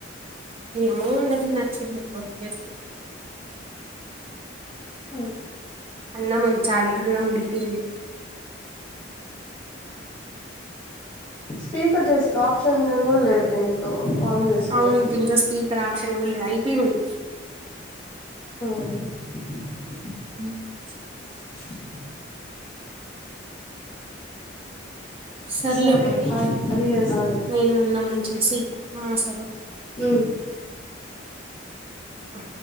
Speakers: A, on the right (about 30°); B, on the left (about 25°).
A: ఏమో మరి దానికి నచ్చింది ప్లేస్
B: ఉ
A: అన్న ముంచాలి ఉంచాలి అన్న మిగిలింది
B: స్పీకర్ చేస ఆప్షన్ కూడా లేదు దీంట్లో ఆన్ చేసుకునేకి
A: అవును దీంట్లో స్పీకర్ ఆప్షన్ కూడా లేదు అయిపోయింది
B: అవును
A: చీకటి సౌండ్
B: బోలో సౌండ్
A: సర్లే
B: సరే
A: మరి
B: బాయ్ మల్ల చేస్తా ఉండు
A: నేను అన్నం ఉంచేసి ఆ సరే
B: ఉ
A: ఆ